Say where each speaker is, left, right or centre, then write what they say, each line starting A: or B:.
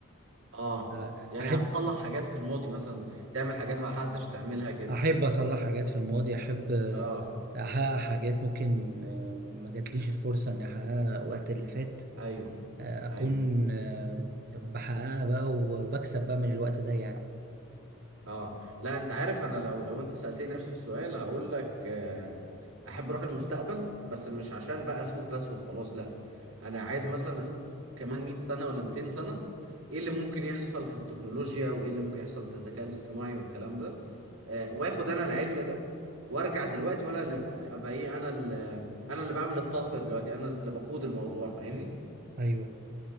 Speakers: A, on the right; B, on the right.
A: اه
B: آه،
A: يعني
B: احب
A: هتصلح حاجات في الماضي مثلا تعمل حاجات ما حدش تعملها كده
B: احب اصلح حاجات في الماضي احب آه،
A: اه
B: احقق حاجات ممكن آه، ما جاتليش الفرصه اني احققها وقت اللي فات
A: ايوه
B: آه، اكون
A: ايوه
B: آه، بحققها بقى وبكسب بقى من الوقت ده يعني
A: اه لا انت عارف انا لو لو انت سألتني نفس السؤال هقول لك آه، احب اروح المستقبل بس مش عشان بقى اشوف بس وخلاص لا انا عايز مثلا اشوف كمان 100 سنة ولا 200 سنة ايه اللي ممكن يحصل في التكنولوجيا وايه اللي ممكن يحصل في الذكاء الاصطناعي والكلام ده آه، واخد انا العلم ده وارجع دلوقتي وانا اللي ابقى أبقى ايه انا اللي انا اللي بعمل الطفرة دلوقتي انا اللي بقود الموضوع فاهمني
B: ايوه